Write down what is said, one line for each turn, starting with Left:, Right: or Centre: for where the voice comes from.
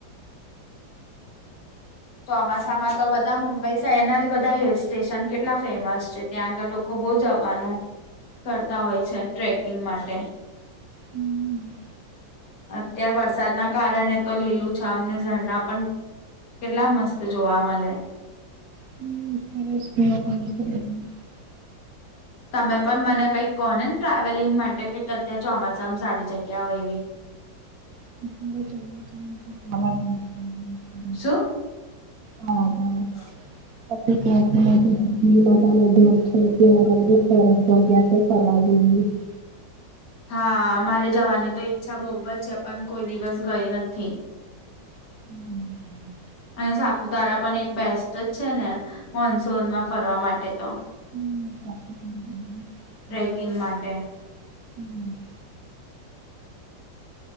Left: ચોમાસામાં તો બધા મુંબઈ શેહેરના જ બધા હિલ્સ ટેશન કેટલા ફેમસ છે ત્યાં આગળ લોકો બો જવાનું કરતા હોય છે ટ્રેકિંગ માટે.
Right: હમ
Left: અત્યાર વરસાદના કારણે તો લીલું છમ ને ઝરના પણ કેટલા મસ્ત જોવા મલે.
Right: <unintelligible>
Left: તમે પણ મને કઈક કહો ને ને ટ્રાવેલિંગ માટે કઈક અત્યારે ચોમાસામાં સારી જગ્યા હોય એવી
Right: <inaudible>
Left: શું
Right: હા
Left: <inaudible>
Right: <inaudible>
Left: હા મારે જવાની તો ઈચ્છા બહુ જ છે પણ કોઈ દિવસ ગઈ નથી
Right: હમ <unintelligible>
Left: અને સાપુતારા પણ એક બેસ્ટ જ છે ને મોનસૂનમાં ફરવા માટે તો
Right: હમ
Left: ટ્રેકિંગ
Right: હમ
Left: માટે